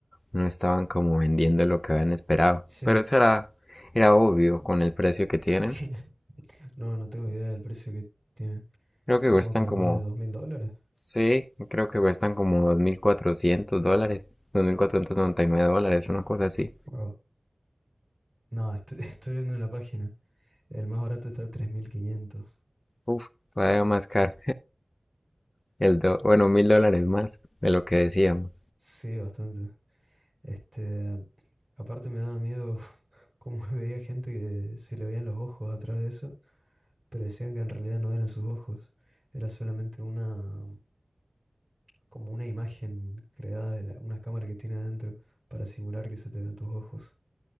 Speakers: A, on the left (about 35°); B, on the right (about 35°).
A: no estaban como vendiendo lo que habían esperado.
B: Sí,
A: Pero eso era, era obvio con el precio que tienen.
B: <laughs> no, no tengo idea del precio que tiene.
A: Creo
B: Supongo
A: que cuestan
B: que
A: como,
B: más de dos mil dólares.
A: sí, creo que cuestan como 2.400 dólares, 2.499 dólares, una cosa así.
B: Wow. No, estoy, <laughs> estoy viendo en la página. El más barato está a 3.500.
A: Uf, todavía más caro. El do- bueno, mil dólares más de lo que decíamos.
B: Sí, bastante. Este, aparte me daba miedo <laughs> cómo veía gente que se le veían los ojos atrás de eso, pero decían que en realidad no eran sus ojos. Era solamente una, como una imagen creada de la- una cámara que tiene adentro para simular que se te ven tus ojos.